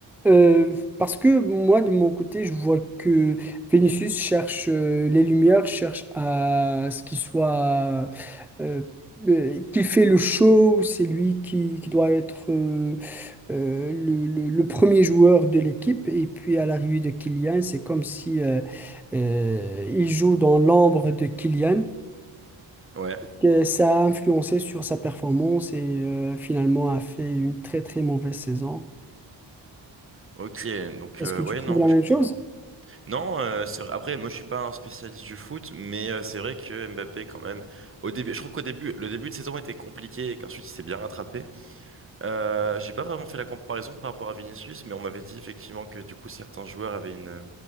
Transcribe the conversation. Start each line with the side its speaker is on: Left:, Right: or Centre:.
Centre: Euh, parce que moi de mon côté je vois que Vénus cherche euh, les lumières, cherche à ce qu'il soit euh, euh, qui fait le show, c'est lui qui, qui doit être euh, euh, le, le- le premier joueur de l'équipe et puis à l'arrivée de Kylian c'est comme si euh, euh, il joue dans l'ombre de Kylian.
Right: Ouais,
Centre: Euh, Ça a influencé sur sa performance et euh, finalement a fait une très très mauvaise saison.
Right: Ok, donc
Centre: Est-ce
Right: euh,
Centre: que
Right: ouais,
Centre: tu trouves
Right: non, en
Centre: la
Right: vrai,
Centre: même
Right: je comprends.
Centre: chose?
Right: Non, euh, c'est vrai. Après, moi, je suis pas un spécialiste du foot, mais euh, c'est vrai que Mbappé, quand même, au début, je trouve qu'au début, le début de saison était compliqué et qu'ensuite il s'est bien rattrapé. Euh, j'ai pas vraiment fait la comparaison par rapport à Vinicius, mais on m'avait dit effectivement que du coup certains joueurs avaient une,